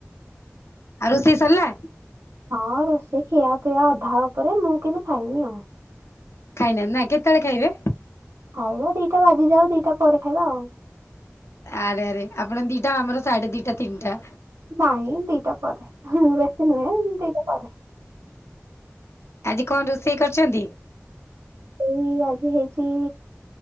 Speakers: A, on the left; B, on the right.
A: ଆଉ ରୋଷେଇ ସରିଲା।
B: ହଁ, ରୋଷେଇ ଖିଆ ପିଆ ଅଧା ଉପରେ ମୁଁ କିନ୍ତୁ ଖାଇନି ଆଉ।
A: ଖାଇନାହାନ୍ତି ନା କେତେବେଳେ ଖାଇବେ?
B: ଖାଇବା ଦିଟା ବାଜିଯାଉ ଦିଟା ପରେ ଖାଇବା ଆଉ।
A: ଆରେ ଆରେ ଆପଣଙ୍କ ଦିଟା ଆମର ସାଢେ ଦିଟା ତିନିଟା।
B: ନାଇଁ ଦିଟା ପରେ, ବେଶୀ ନୁହେଁ ଦିଟା ପରେ।
A: ଆଜି କଣ ରୋଷେଇ କରିଛନ୍ତି?
B: ଏଇ ଆଜି ହେଇଛି